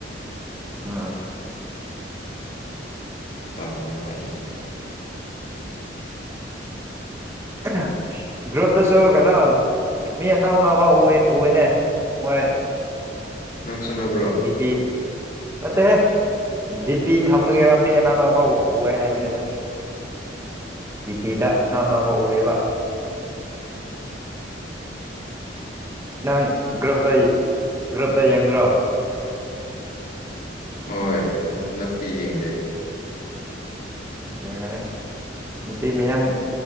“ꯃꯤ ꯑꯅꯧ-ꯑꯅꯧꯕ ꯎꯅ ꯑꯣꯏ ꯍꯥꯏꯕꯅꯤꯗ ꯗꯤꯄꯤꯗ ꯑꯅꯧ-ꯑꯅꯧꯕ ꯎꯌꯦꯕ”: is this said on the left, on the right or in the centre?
Right